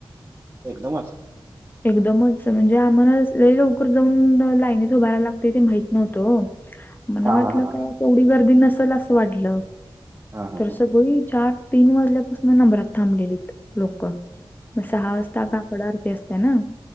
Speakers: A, on the right (about 25°); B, on the left (about 20°).
A: एकदमच
B: एकदमच म्हणजे आम्हाला लय लवकर जाऊन लाईनीत उभा रहायला लागते ते माहित नव्हतं ओ मला
A: हां
B: वाटलं
A: हां हां
B: काय तेवढी गर्दी नसल असं वाटलं
A: हां
B: तर
A: हां
B: सगळी चार तीन वाजल्यापासून नंबरात थांबलेलीत लोक म सहा वाजता काकड आरती असते ना.